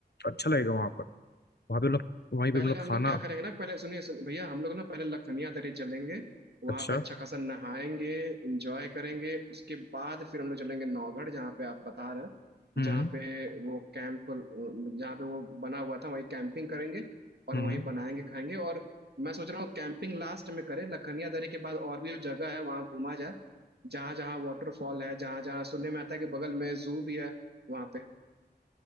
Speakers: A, on the left (about 70°); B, on the right (about 70°).
A: अच्छा लगेगा वहां पर वहां पे हम लोग वहीं पे
B: पहले
A: हम लोग
B: हम
A: खाना
B: लोग क्या करेंगे ना पहले सुनिए सुन- भैया हम लोग ना पहले लखनिया दर्रे चलेंगे वहां
A: अच्छा
B: पे अच्छा खासा नहाएंगे इंजॉय करेंगे उसके बाद फिर हम लोग चलेंगे नौगढ़ जहाँ पे आप बता रहे हैं
A: हम्म
B: जहाँ पे वो कैंप जहाँ पे वो बना हुआ था वहीं कैंपिंग करेंगे और
A: हम्म
B: वहीं बनाएंगे खाएंगे और मैं सोच रहा हूँ कैंपिंग लास्ट में करें लखनिया दर्रे के बाद और भी जो जगह है वहाँ घूमा जाए जहाँ जहाँ वाटरफॉल है जहाँ जहाँ सुनने में आता है कि बगल में जू भी है वहाँ पे